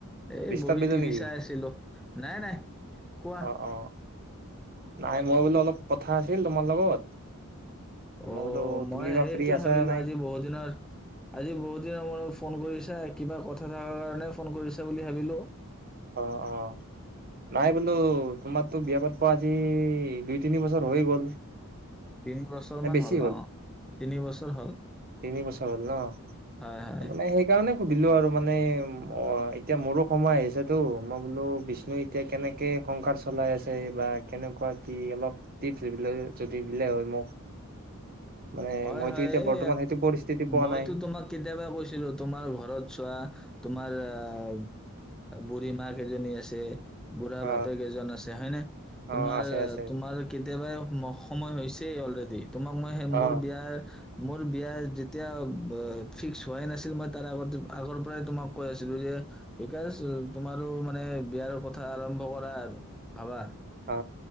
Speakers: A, in the centre; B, on the right.
A: এ
B: বিস্তাত
A: বহি
B: বেজে
A: টিভি
B: নেকি
A: চাই আছিলো, নাই নাই কোৱা।
B: অ অ নাই মই বোলো অলপ কথা আছিল তোমাৰ লগত।
A: অ'
B: মই বোলো তুমি
A: মই সেইটোৱে
B: বা ফ্ৰী আছা
A: ভাবিলো
B: নে নাই
A: আজি বহুত দিনৰ আজি বহুত দিনৰ মুৰত ফোন কৰিছা। কিবা কথা থাকাৰ কাৰণে ফোন কৰিছা বুলি ভাবিলো।
B: অ' অ' নাই বোলো তোমাৰতো বিয়া পাতপা আজি দুই তিনি বছৰ হৈ গ'ল।
A: তিনি বছৰ
B: নে
A: মান
B: বেছি
A: হ'ল ন তিনিবছৰ হল
B: তিনি বছৰ হ'ল ন
A: হয় হয়
B: মানে সেইকাৰণে সুধিলো আৰু মানে অ এতিয়া মোৰো সময় আহিছে সেইটো মই বোলো বিষ্ণু এতিয়া কেনেকে সংসাৰ চলাই আছে বা কেনেকুৱা কি অলপ টিপচ দিলে হয় মোক মানে
A: হয়
B: মইতো
A: হয়
B: এতিয়া বৰ্তমান
A: এ
B: সেইটো পৰিস্থিতি পোৱা
A: মইতো
B: নাই
A: তোমাক কেতিয়াবা কৈছিলো তোমাৰ ঘৰত চোৱা তোমাৰ আহ বুঢ়ী মা কেইজনী আছে বুঢ়া
B: অ
A: বাপেক এজন আছে হয়নে তোমাৰ
B: অ আছে আছে
A: তোমাৰ কেতিয়াবাই সময় হৈছে তে অলৰেডি তোমাক মই সেই
B: অ
A: মোৰ মোৰ বিয়া যেতিয়া ফিক্স হোৱাই নাছিল মই তাৰ আগতে আগৰ পৰাই তোমাক কৈ আছিলো যে বিকাশ তোমাৰো মানে বিয়াৰ কথা আৰম্ভ কৰা আৰু ভাবা
B: অ